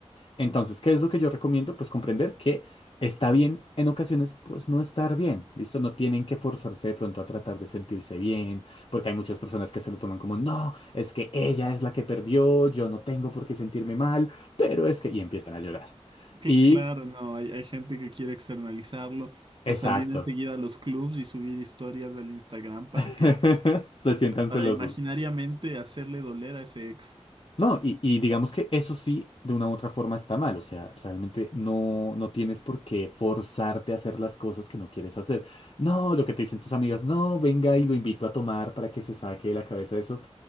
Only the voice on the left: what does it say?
Entonces, ¿qué es lo que yo recomiendo? Pues comprender que está bien en ocasiones, pues no estar bien, ¿listo? No tienen que forzarse de pronto a tratar de sentirse bien, porque hay muchas personas que se lo toman como, no, es que ella es la que perdió, yo no tengo por qué sentirme mal, pero es que... Y empiezan a llorar.
Y,
exacto,
<laughs>
se sientan
celosos.
No, y, y digamos que eso sí, de una u otra forma está mal, o sea, realmente no, no tienes por qué forzarte a hacer las cosas que no quieres hacer. No, lo que te dicen tus amigas, no, venga y lo invito a tomar para que se saque de la cabeza eso.